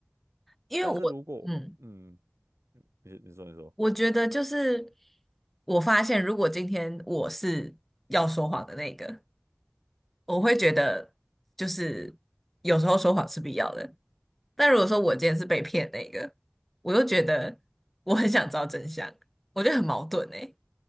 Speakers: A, in the centre; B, on the right (about 90°).
A: 因为我，
B: 但是如果嗯，
A: 嗯，
B: 你你说你说，
A: 我觉得就是我发现，如果今天我是要说谎的那个，我会觉得就是有时候说谎是必要的。但如果说我今天是被骗那个，我又觉得我很想知道真相，我觉得很矛盾诶，